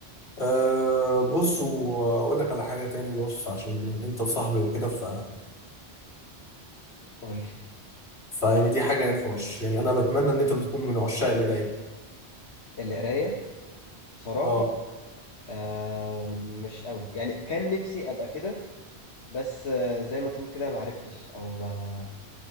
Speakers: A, on the left (about 70°); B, on the left (about 85°).
A: أه بص واقول لك على حاجه تاني بص عشان انت صاحبي وكده ف
B: قول لي
A: فيعني دي حاجه نقاش يعني انا بتمنى ان انت بتكون من عشاق القرايه
B: القرايه صراحه
A: اه
B: آه مش قوي يعني كان نفسي ابقى كده بس آه زي ما تقول كده ما عرفتش او ما